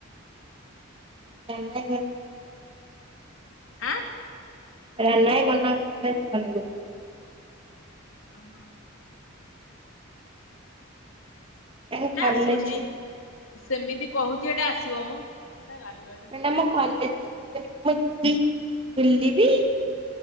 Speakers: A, on the right; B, on the left.
A: <unintelligible>
B: ଆଁ
A: ରାନା ଭାଇ ମନା କରରୁଥିଲା ଜୀବନି ବୋଲି।
B: ଓ ହୋ।
A: ତାଙ୍କ
B: ହେଟା
A: କଲେଜ
B: ଆସିବ ସେ ସେମିତି କହୁଛି ହେଟା ଆସିବ ମ। ଏଟା ଗାଲୁଆଟା
A: କହିଲା
B: ସବୁ।
A: ମୁଁ କଲେଜ ଛୁଟିି କରିକି ମୁଁ ଯିବି ବୁଲିବି